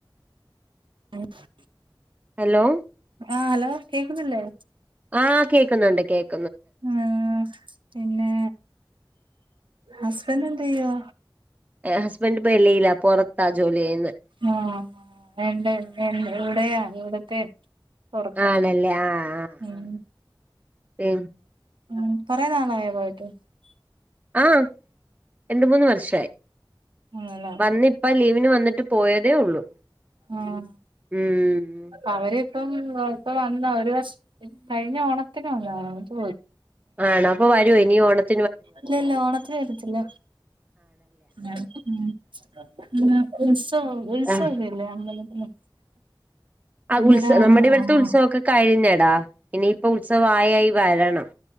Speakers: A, on the right; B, on the right.
A: <inaudible>
B: ഹലോ
A: ആഹ് ഹലോ കേക്കുന്നില്ലേ
B: ആഹ് കേക്കുന്നുണ്ട് കേക്ക്
A: ആഹ് പിന്നെ ഹസ്ബന്റ് എന്ത് ചെയ്യാ
B: ഹസ്ബന്റ് ഇപ്പ വെളിയില പുറത്താ ജോലി ചെയ്യ്ന്നെ
A: ആഹ് എന്റെ എന് ഇവിടെയാ ഇവിട്ത്തെ പൊറത്താ
B: ആണല്ലേ ആഹ് ആഹ്
A: ഉം
B: ആഹ് പി
A: ഉം കൊറേ നാളായോ പോയിട്ട്
B: ആഹ് രണ്ട് മൂന്ന് വർഷായി
A: ആണല്ലേ
B: വന്നിപ്പ ലീവിന് വന്നിട്ട് പോയതേ ഉള്ളൂ
A: ആഹ്
B: ഉം
A: അവരിപ്പം കോ ഇപ്പൊ വന്നാ ഒരു വർഷ കഴിഞ്ഞ ഓണത്തിന് വന്ന വന്നിട്ട് പോയി
B: ആണോ അപ്പൊ വരുവോ ഇനി ഓണത്
A: ഇല്ല ഇല്ല ഓണത്തിന് വരത്തില്ല ആഹ് ഉം ന്നാ ഉത്സവം ഉത്സവോക്കയില്ല
B: ആഹ്
A: അമ്പലത്തില്
B: ആഹ്
A: അന്നേരം
B: ഉത്സവ
A: ആണോ
B: നമ്മടെ ഇവിടുത്തെ
A: ആഹ്
B: ഉത്സവോക്കെ കഴിഞ്ഞടാ ഇനിയിപ്പ ഉത്സവായിയായി വരണം